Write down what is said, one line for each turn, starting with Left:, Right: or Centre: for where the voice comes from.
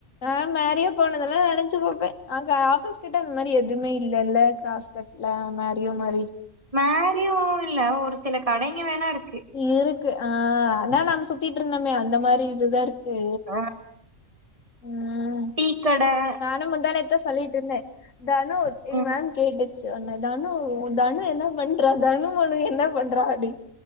Left: ஆ மேரியா போனதெல்லா நெனச்சு பாப்பே அங்க ஆபீஸ் கிட்ட அந்த மாரி எதுவுமே இல்ல இல்ல கிராஸ் கட் இல்ல மாரியோ மறி
Right: மேரியோ இல்ல ஒரு சில கடைங்க வேணா இருக்கு
Left: இருக்கு ஆ ஆனா நாம சுத்திட்ருந்தோமே அந்த மாரி இதுதா இருக்கு
Right: ஆ
Left: ம்
Right: இக்கடன்னு
Left: நானு முந்தானேத்தே சொல்லிட்ருந்தே தனு எங்க
Right: ம்
Left: மேம் கேட்டு <unintelligible> தனு தனு என்ன பண்றா தனு ஒன்னா என்ன பண்றா அப்படினு